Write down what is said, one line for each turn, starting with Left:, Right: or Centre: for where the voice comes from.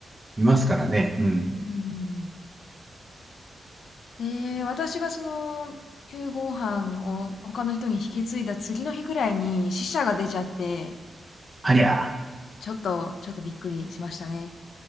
Right: いますからね。うん。
Left: うん、うん。で、私がその、9号飯を他の人に引き継いだ次の日ぐらいに死者が出ちゃって、
Right: ありゃあ、
Left: ちょっと、ちょっとびっくりしましたね。